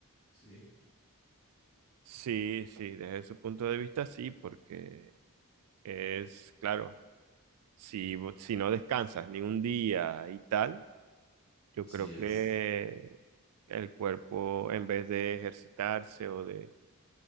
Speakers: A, on the left; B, on the right.
A: ¿sí?
B: sí, sí, desde ese punto de vista, sí, porque es, claro, si, vo- si no descansas ni un día y tal, yo
A: Sí,
B: creo
A: es,
B: que el cuerpo, en vez de ejercitarse o de